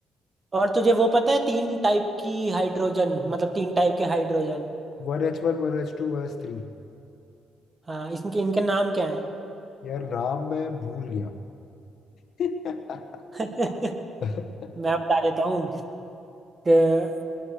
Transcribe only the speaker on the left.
One H one one H two one H three
यार नाम मैं भूल गया
<laughs>